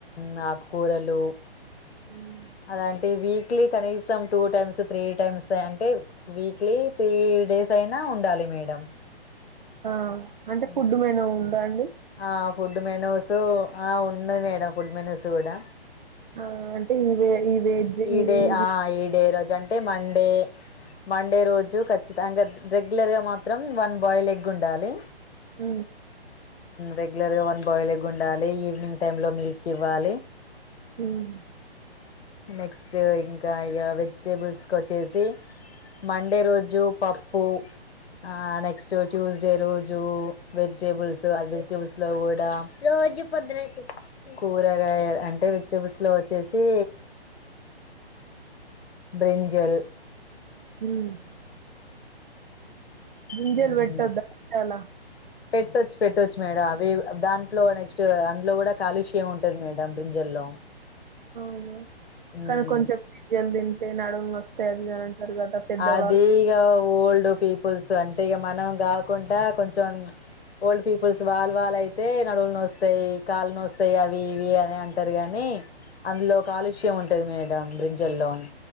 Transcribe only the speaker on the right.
ఉమ్,
ఆ అంటే ఫుడ్
మనా ఉందా అండి
ఆ అంటే ఇవే ఈ వెజ్
ఇవి ఇవి
ఆ
ఉమ్
హుమ్మ్ గింజలు
పెట్టొద్దా పెట్టాలా
అవును
కానీ కొంచెం జల్ద అదే నడుము వస్తది అది ఇది అంటారు కదా పెద్దవాళ్ళు